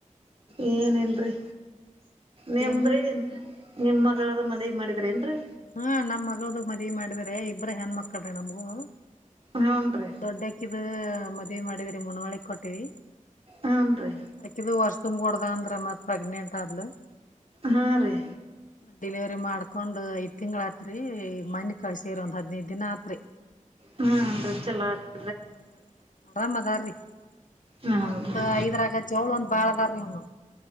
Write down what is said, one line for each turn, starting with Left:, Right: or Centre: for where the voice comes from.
Right: ಏನಿಲ್ರಿ ನಿಮ್ದ್ರಿ
Left: ಏನ
Right: ನಿಮ್ ಮಗಳದು ಮದವೆ ಮಾಡಿದ್ರ ಏನ್ ರೀ.
Left: ಹಾ ನಮ್ ಮಗಳದು ಮದುವೆ ಮಾಡಿದ್ರ ಇಬ್ಬ್ರ ಹೆಣ ಮಕ್ಕಳ್ರ ನಮಗೂ.
Right: ಹೂನ್ರಿ
Left: ದೊಡ್ಡಾಕಿದ ಮದ್ವಿ ಮಾಡಿದ್ರಿ ಮುನ್ವಳ್ಳಿ. ಕೊಟ್ಟವಿ.
Right: ಹೂನ್ರಿ
Left: ಆಕಿದು ವರ್ಷ್ ತುಂಬಡ್ದ ಅಂದ್ರ ಮತ್ ಪ್ರೆಗ್ನೆಂಟ್ ಆದಲು.
Right: ಹಾ ರೀ
Left: ಡೆಲಿವರಿ ಮಾಡ್ಕೊಂಡು ಐತ. ತಿಂಗಳಾತ್ರಿ ಈ ಮನೆ ಕಳಿಸಿವಿ ರಿ ಒಂದು ಹದ್ನೈದು ದಿನ ಆಯಿತು ಕರೆ
Right: ಹ್ಮ್ ರೀ ಚಲೋ ಅಯ್ತ್ಯ್
Left: ಹ್ಮ ಆರಾಮದ್ರಿ
Right: ಹೂನ್ರಿ
Left: ಮತ್ ಐದ್ರಾಗ ಜವಳ ಒಂದ ಬಾಳದಾರಿ ಅವನು